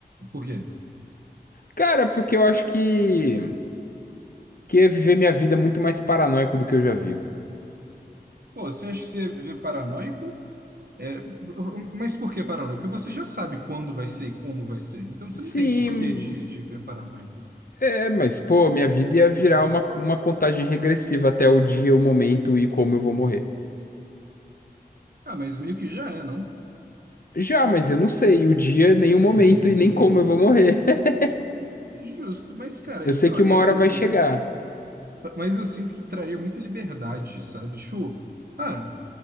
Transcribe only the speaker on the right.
Por quê?
Pô, você acha que você vive paranoico? É, mas por que paranoico? Porque você já sabe quando vai ser e como vai ser. Então você
não tem porquê de, de viver paranoico.
Ah, mas meio que já é, não?
<laughs>
Justo, mas cara,
sei lá,
e-
eu.
Mas eu sinto que traria muita liberdade, sabe? Tipo, ah,